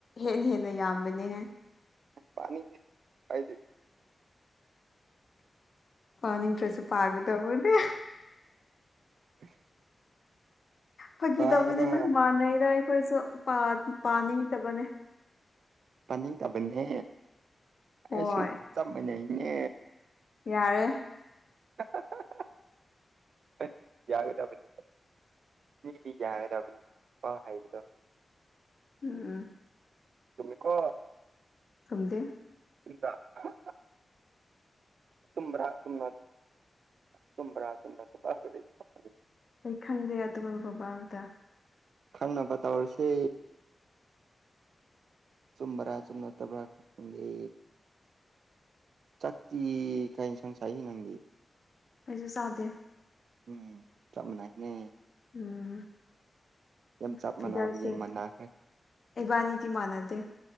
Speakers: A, on the left (about 45°); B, on the right (about 85°).
A: ꯍꯦꯟꯅ ꯍꯦꯟꯅ ꯌꯥꯝꯕꯅꯦꯍꯦ
B: ꯄꯥꯅꯤꯡꯗꯦꯍꯦ ꯑꯩꯗꯤ
A: ꯄꯥꯅꯤꯡꯗ꯭ꯔꯦꯁꯨ ꯄꯥꯒꯗꯕꯅꯦ
B: <unintelligible>
A: ꯈꯣꯏꯒꯤ
B: ꯄꯥꯕ
A: ꯇꯧꯕꯗꯤ ꯂꯣꯏ ꯃꯥꯟꯅꯩꯗ ꯑꯩꯈꯣꯏꯁꯨ ꯄꯥ ꯄꯥꯅꯤꯡꯗꯕꯅꯦ
B: ꯄꯥꯅꯤꯡ ꯇꯥꯕꯟꯅꯦ
A: ꯍꯣꯏ
B: ꯑꯩꯁꯨ ꯆꯞ ꯃꯥꯟꯅꯩꯅꯦ
A: ꯌꯥꯔꯦ
B: <unintelligible> ꯌꯥꯒꯥꯗꯥꯕꯅꯤ ꯃꯤꯗꯤ ꯌꯥꯒꯗꯕꯥꯅꯤ ꯃꯥ ꯍꯥꯏꯕꯗꯣ
A: ꯎꯝ
B: ꯇꯨꯃꯤꯀꯣ
A: ꯈꯨꯝꯗꯦ
B: ꯏꯗ <unintelligible> ꯇꯨꯝꯕ꯭ꯔꯥ ꯆꯨꯝꯅ ꯆꯨꯝꯔ <unintelligible> <unintelligible>
A: ꯑꯩ ꯈꯪꯗꯦ ꯑꯗꯨꯒꯨꯝꯕ ꯑꯝꯇ
B: ꯈꯪꯅꯕ ꯇꯧꯔꯁꯦ ꯆꯨꯝꯕ꯭ꯔꯥ ꯆꯨꯝꯅꯠꯇꯕ꯭ꯔꯥ ꯈꯪꯗꯦ ꯆꯥꯛꯇꯤ ꯀꯏ ꯏꯟꯁꯥꯡ ꯆꯥꯏ ꯅꯪꯗꯤ
A: ꯑꯩꯁꯨ ꯆꯥꯗꯦ
B: ꯎꯝ ꯆꯞ ꯃꯥꯟꯅꯩꯅꯦ
A: ꯎꯝ
B: ꯌꯥꯝ ꯆꯞ
A: ꯐꯤꯒꯔꯁꯤ
B: ꯃꯥꯟꯅꯕꯒꯤ ꯃꯥꯟꯅꯈ꯭ꯔꯦ
A: ꯏꯕꯥꯅꯤꯗꯤ ꯃꯥꯟꯅꯗꯦ